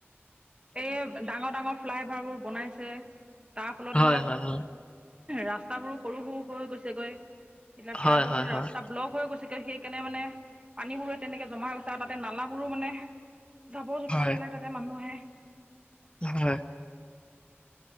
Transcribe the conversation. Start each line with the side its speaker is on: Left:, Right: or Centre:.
Right: এই ডাঙৰ ডাঙৰ ফ্লাই অভাৰ বোৰ বনাইছে। তাৰ ফলত
Left: হয়
Right: ধৰক
Left: হয়
Right: ৰাস্তাবোৰো সৰু সৰু হৈ গৈছেগৈ। এতিয়া
Left: হয়
Right: প্ৰায়বোৰ
Left: হয় হয়
Right: ৰাস্তা ব্লক হৈ গৈছে। আজিকালি সেইকাৰণে মানে পানীবোৰো তেনেকে জমা হৈ গৈছে আৰু তাতে নালাবোৰো মানে। যাবৰ জোথৰ
Left: হয়
Right: পেলাই তাতে মানুহে।
Left: হয়।